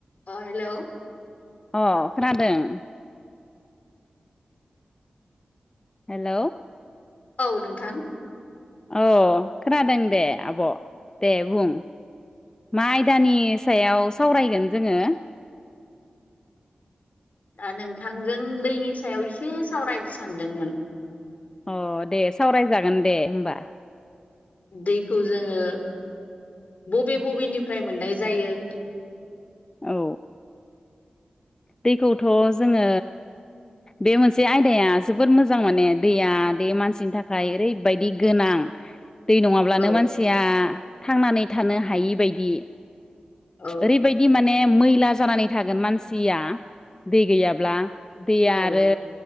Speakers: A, on the left; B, on the left.
A: अ हेलौ।
B: अ खोनादों? हेलौ।
A: औ नोंथां।
B: औ खोनादों दे आब' दे बुं। मा आयदानि सायाव सावरायगोन जोङो?
A: दा नोंथांजों दैनि सायाव एसे सावरायनो सानदोंमोन
B: अ दे सावरायजागोन दे होमबा।
A: दैखौ जोङो बबे बबेनिफ्राय मोननाय जायो
B: औ। दैखौथ' जोङो बे मोनसे आयदाया जोबोद मोजां माने दैया मानसिनि थाखाय ओरैबायदि गोनां दै नङाब्लानो
A: औ
B: मानसिया थांनानै थानो हायि बायदि।
A: औ
B: ओरैबायदि माने मैला जानानै थागोन मानसिया दै गैयाब्ला दैया
A: औ
B: आरो